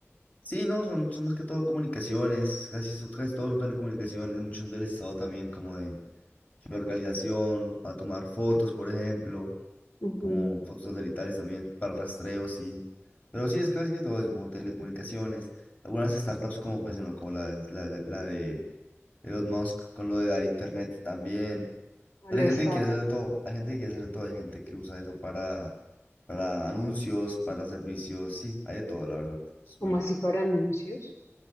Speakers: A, on the left; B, on the left.
A: Sí, no, son, son más que todo comunicaciones, casi, son- casi todos son telecomunicaciones, muchos son del Estado también, como de geolocalización, para tomar fotos, por ejemplo.
B: Ujú,
A: como fotos satelitales también para rastreo, sí. Pero sí, es casi que todo eso, como telecomunicaciones, algunas startups como, pues, bueno, como la, la, la la de Elon Musk, con lo de dar internet también.
B: A
A: Pero
B: lo
A: hay gente
B: Starlink.
A: que quiere hacer de todo, hay gente que quiere hacer de todo, hay gente que usa eso para, para anuncios, para servicios, sí, hay de todo, la verdad, es
B: ¿como
A: muy loco.
B: así para anuncios?